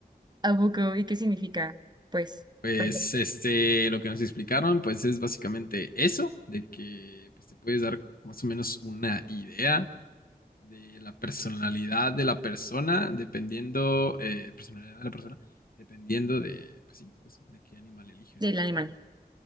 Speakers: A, on the right; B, on the left.
A: ¿A poco? ¿Y qué significa? Pues,
B: Pues
A: por ejemplo,
B: este, lo que nos explicaron, pues es básicamente eso, de que pues, te puedes dar más o menos una idea de la personalidad de la persona, dependiendo, eh, personalidad de la persona, dependiendo de, pues sí, eso, de qué animal elija.
A: el animal.